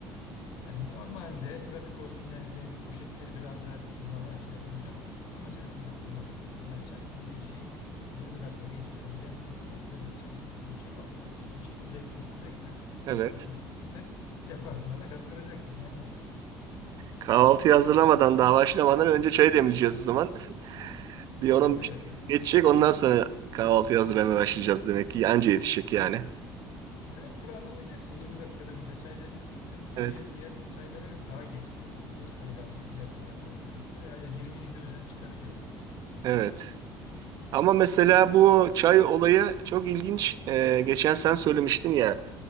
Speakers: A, on the left (about 75°); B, on the right (about 60°).
A: Yani normalde pratik olsun yani demlik poşetleri biraz daha normal çaya benziyor ama sallama çaydan uzak durmak lazım. Yani çay dediğin şeyin 20 dakika geçmeden demlenmiyor. Yani hızlı çay içmek diye bir şey yok kardeşim. Bir şeyin zevkini süreceksen, sefasını
B: Evet.
A: süreceksen <laughs> cefasına da katlanacaksın. Yani
B: Kahvaltıyı hazırlamadan daha başlamadan önce çayı demleyeceğiz o zaman. <laughs> Bir on
A: tabii
B: on beş
A: e,
B: geçecek ondan sonra kahvaltıyı hazırlamaya başlayacağız demek ki. Anca yetişecek yani.
A: yani kuralına uyacaksın 20 dakikadan önce çay demlenmiyor. ki. Bizim Türk
B: Evet.
A: çayı diğer çaylara göre daha geç demleniyor. O Seylan'da diğer kara çaylar vesaire. Yani 20'nin de üzerine çıkabiliyor.
B: Evet. Ama mesela bu çay olayı çok ilginç. Ee, geçen sen söylemiştin ya.